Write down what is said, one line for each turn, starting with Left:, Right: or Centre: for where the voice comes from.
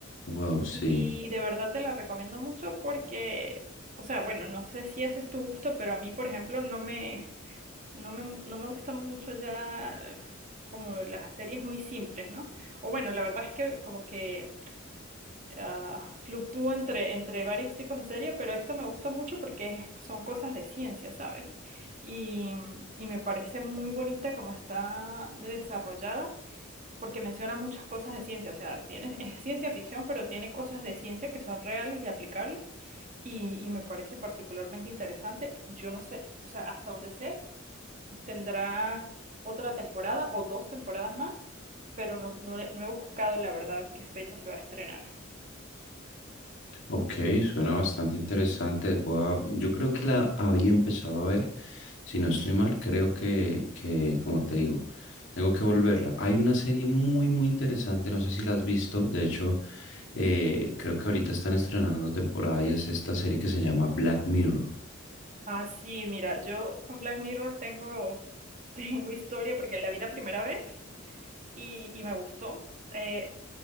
Left: Wow, sí.
Right: Y de verdad te la recomiendo mucho porque, o sea, bueno, no sé si ese es tu gusto, pero a mí, por ejemplo, no me, no me, no me gusta mucho ya como las series muy simples, ¿no? O bueno, la verdad es que como que ah, fluctúo entre, entre varios tipos de serie, pero esta me gusta mucho porque es- son cosas de ciencia, ¿sabes? Y, y me parece muy bonita como está desarrollada porque menciona muchas cosas de ciencia, o sea, tiene, es ciencia ficción, pero tiene cosas de ciencia que son reales y aplicables y, y me parece particularmente interesante. Yo no sé, o sea, hasta donde sé, tendrá otra temporada o dos temporadas más, pero no, no, le- no he buscado la verdad qué fecha se va a estrenar.
Left: Ok, suena bastante interesante. Voy a- yo creo que la había empezado a ver. Si no estoy mal, creo que, que, como te digo, tengo que volverla. Hay una serie muy, muy interesante, no sé si la has visto. De hecho, eh, creo que ahorita están estrenando temporada y es esta serie que se llama Black Mirror.
Right: Ah, sí, mira, yo con Black Mirror tengo, <laughs> tengo historia porque la vi la primera vez y, y me gustó. Eh,